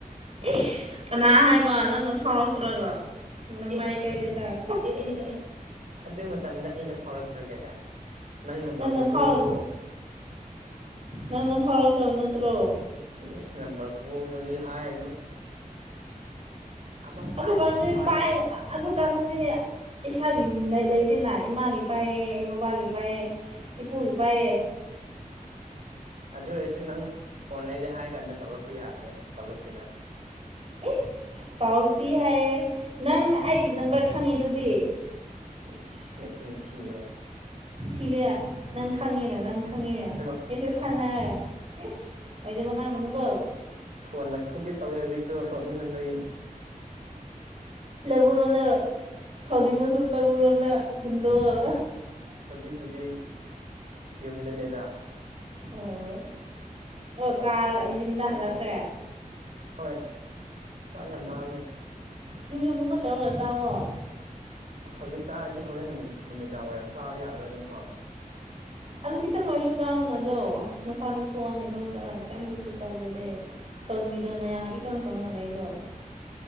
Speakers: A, on the right (about 45°); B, on the right (about 60°).
A: ꯏꯁ ꯀꯅꯥ ꯍꯥꯏꯕ ꯅꯪꯅ ꯐꯥꯎꯔꯛꯇ꯭ꯔꯒ ꯅꯃꯥꯏ
B: ꯑꯦ
A: ꯀꯥꯏꯗꯦꯗ
B: ꯑꯦ ꯑꯦ ꯑꯦ ꯑꯗꯨ ꯃꯇꯝꯗ ꯑꯩꯅ ꯐꯥꯎꯔꯛꯇ꯭ꯔꯒ ꯀꯥꯏꯅ ꯅꯪ ꯅꯝꯕꯔ
A: ꯅꯪꯅ
B: ꯈꯨꯍꯣꯡꯗꯣ
A: ꯐꯥꯎ ꯅꯪꯅ ꯐꯥꯎꯔꯛꯇꯕ ꯅꯠꯇ꯭ꯔꯣ
B: ꯏꯁ ꯅꯝꯕꯔ ꯈꯨꯍꯣꯡꯗꯨꯗꯤ ꯍꯥꯏꯔꯅꯨ ꯑꯃ
A: ꯑꯗꯨꯀꯥꯟꯗꯗꯤ
B: ꯄꯥꯏ ꯑꯃ ꯄꯥꯏꯗꯦ
A: ꯄꯥꯏ ꯑꯗꯨꯀꯥꯟꯗꯗꯤ ꯏꯁꯥꯒꯤ ꯅꯩ ꯂꯩꯇꯦꯅ ꯏꯃꯥꯒꯤ ꯄꯥꯏꯌꯦ ꯑꯩ ꯕꯕꯥꯒꯤ ꯄꯥꯏꯌꯦ ꯏꯄꯨꯒꯤ ꯄꯥꯏꯌꯦ
B: ꯑꯗꯨ ꯑꯣꯏꯔꯁꯨ ꯅꯪ ꯐꯣꯟ ꯂꯩꯔꯦ ꯍꯥꯏꯔ ꯀꯥꯟꯗ ꯇꯧꯔꯛꯄ ꯌꯥꯕꯅꯦ ꯇꯧꯔꯛꯇꯦꯅ
A: ꯏꯁ ꯇꯧꯔꯛꯇꯤ ꯍꯥꯏꯌꯦ ꯅꯪ ꯑꯩꯒꯤ ꯅꯝꯕꯔ ꯈꯪꯉꯤꯗꯨꯗꯤ
B: ꯏꯁ ꯅꯆꯤꯟ ꯊꯤꯕ
A: ꯊꯤꯔꯦ ꯅꯪ ꯈꯪꯉꯦꯅ ꯅꯪ ꯈꯪꯉꯦꯅ
B: ꯍꯩꯃꯥ
A: ꯃꯦꯁꯦꯁ ꯊꯥꯟꯅꯔꯒ ꯏꯁ ꯑꯣꯏꯗꯕ ꯉꯥꯡꯒꯅꯨꯀꯣ
B: ꯐꯣꯟ ꯂꯪꯊꯣꯛꯀꯦ ꯇꯧꯋꯦ ꯍꯧꯖꯤꯛꯇꯣ ꯁꯥꯎꯅꯤꯡꯃꯟꯕꯒꯤ
A: ꯂꯕꯨꯨꯛꯔꯣꯟꯗ ꯁꯥꯎꯅꯤꯡꯉꯥꯁꯨ ꯂꯕꯨꯛꯔꯣꯝꯗ ꯍꯨꯟꯗꯣꯛꯑꯣ
B: ꯍꯖꯤꯛꯄꯨꯗꯤ ꯌꯨꯝꯗꯅꯦꯗ
A: ꯑꯣ
B: ꯐꯣꯟ
A: ꯑꯣ ꯀꯥꯔ
B: ꯂꯪꯊꯣꯛꯀꯦ
A: ꯌꯨꯝꯗ ꯍꯜꯂꯛꯈ꯭ꯔꯦ
B: ꯂꯪꯊꯣꯛ ꯍꯣꯏ ꯆꯥꯛ ꯌꯥꯝ ꯂꯥꯝꯃꯦ
A: ꯁꯤꯡꯖꯨꯒꯨꯝꯕ ꯇꯧꯔꯒ ꯆꯥꯋꯣ
B: ꯑꯁ ꯍꯧꯖꯤꯛ ꯆꯔꯗꯤ ꯍꯣꯔꯦꯟ ꯅꯨꯃꯤꯗꯥꯡ ꯋꯥꯏꯔꯝ ꯆꯥꯕ ꯌꯥꯔꯥꯔꯣꯏ ꯑꯃꯨꯛꯀꯥ
A: ꯑꯗꯣ ꯈꯤꯠꯇꯪ ꯑꯣꯏꯔꯖꯨ ꯆꯥꯑꯣꯅ ꯑꯗꯣ ꯅꯁꯥꯗꯣ ꯁꯣꯛꯑꯅꯤ ꯂꯧ ꯆꯠꯂꯒꯥ ꯀꯦꯝꯇꯁꯨ ꯆꯥꯗ꯭ꯔꯗꯤ ꯀꯪꯉꯤꯗꯣ ꯅꯌꯥ ꯏꯀꯪ ꯀꯪꯉ ꯂꯩꯔꯤꯗꯣ